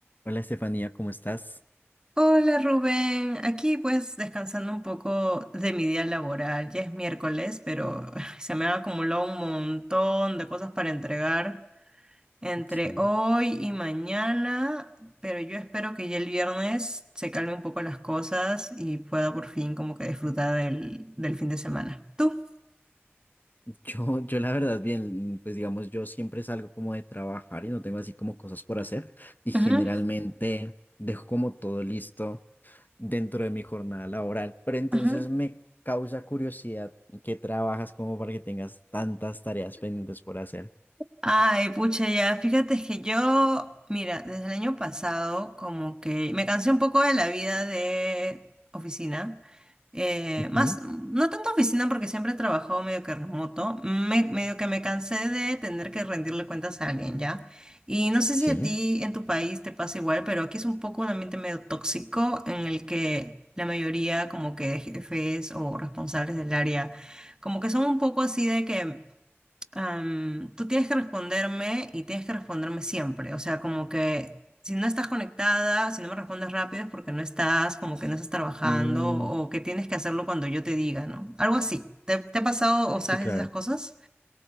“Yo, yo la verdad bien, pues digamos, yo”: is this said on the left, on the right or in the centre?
Left